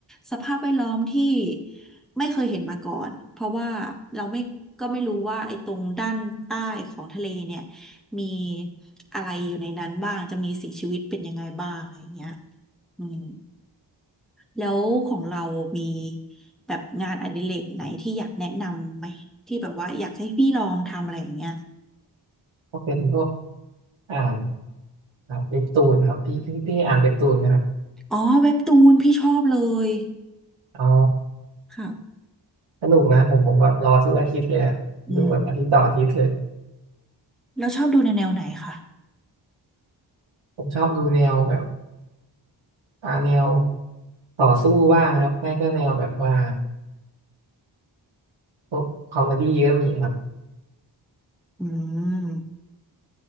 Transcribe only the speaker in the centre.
สภาพแวดล้อมที่ไม่เคยเห็นมาก่อน เพราะว่าเราไม่ก็ไม่รู้ว่าไอ้ตรงด้านใต้ของทะเลเนี่ยมีอะไรอยู่ในนั้นบ้างจะมีสิ่งชีวิตเป็นยังไงบ้างอะไรอย่างเงี้ยอืมแล้วของเรามีแบบงานอดิเรกไหนที่อยากแนะนำไหมที่แบบว่าอยากให้พี่ลองทำอะไรอย่างเงี้ย
อ๋อเว็บตูนพี่ชอบเลย
ค่ะ
อืมแล้วชอบดูในแนวไหนคะ
อืม